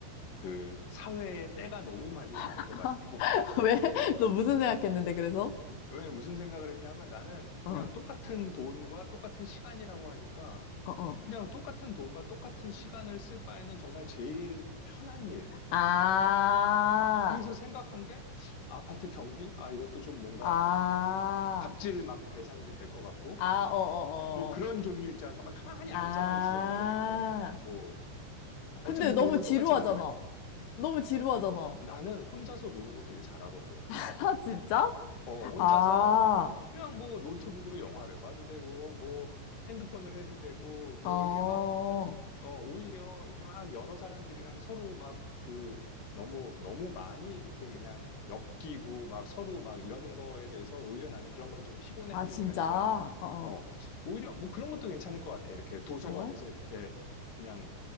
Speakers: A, on the left; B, on the left.
A: 그 사회에 때가 너무 많이 묻은
B: <laughs>
A: 것 같아. <laughs>
B: 왜? <laughs> 너 무슨 생각했는데, 그래서?
A: 왜 무슨 생각을 했냐면 나는
B: 어.
A: 그냥 똑같은 돈과 똑같은 시간이라고 하니까
B: 어, 어.
A: 그냥 똑같은 돈과 똑같은 시간을 쓸 바에는 정말 제일 편한 일.
B: 아,
A: 그래서 생각한 게 아파트 경비? 아, 이것도 좀 뭔가
B: 아,
A: 갑질 막 대상이 될 것 같고.
B: 아, 어, 어, 어,
A: 뭐 그런
B: 어.
A: 종류 있잖아. 정말 가만히 앉아만
B: 아.
A: 있어도 되는 거. 뭐 어차피
B: 근데 너무
A: 돈은
B: 지루하잖아.
A: 똑같이 받을 거. <laughs>
B: 너무 지루하잖아.
A: 나는 혼자서 노는 거 되게 잘하거든.
B: <laughs> 아, 진짜?
A: 어, 혼자서
B: 아,
A: 그냥 뭐 노트북으로 영화를 봐도 되고, 뭐 핸드폰을 해도 되고, 뭐
B: 어,
A: 이렇게 막 어, 오히려 이렇게 막 여러 사람들이랑 서로 막 그 너무 너무 많이 이렇게 그냥 엮이고 막 서로 막 이러는 거에 대해서 오히려 나는 그런 걸 좀 피곤해하는
B: 아, 진짜?
A: 편이라
B: 어, 어.
A: 어, 오히려 뭐 그런 것도 괜찮을 것 같아. 이렇게 도서관에서
B: 뭐?
A: 이렇게 그냥